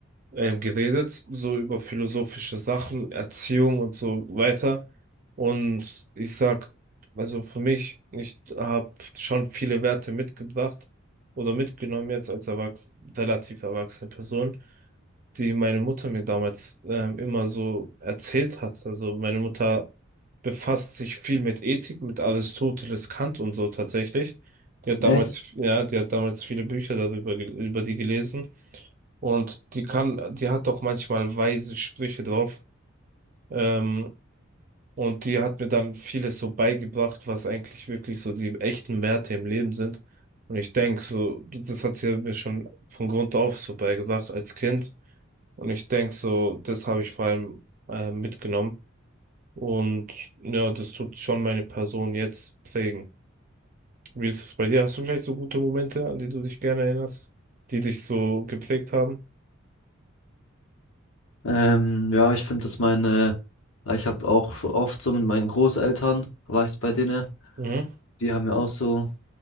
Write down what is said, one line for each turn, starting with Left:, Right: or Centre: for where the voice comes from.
Right: ähm, geredet, so über philosophische Sachen, Erziehung und so weiter. Und ich sag, also für mich, ich habe schon viele Werte mitgebracht oder mitgenommen jetzt als erwachs relativ erwachsene Person, die meine Mutter mir damals ähm, immer so erzählt hat. Also meine Mutter befasst sich viel mit Ethik, mit Aristoteles, Kant und so tatsächlich. Die hat damals,
Left: Echt?
Right: ja, die hat damals viele Bücher darüber, gel- über die gelesen. Und die kam, die hat doch manchmal weise Sprüche drauf. Ähm, und die hat mir dann vieles so beigebracht, was eigentlich wirklich so die echten Werte im Leben sind. Und ich denke so, das hat sie mir schon von Grund auf so beigebracht als Kind. Und ich denke so, das habe ich vor allem äh, mitgenommen. Und ja, das tut schon meine Person jetzt prägen. Wie ist es bei dir? Hast du vielleicht so gute Momente, an die du dich gerne erinnerst, die dich so geprägt haben?
Left: Ähm, ja, ich finde, dass meine, ich habe auch oft so mit meinen Großeltern, war ich bei denen,
Right: Mhm,
Left: die haben mir auch so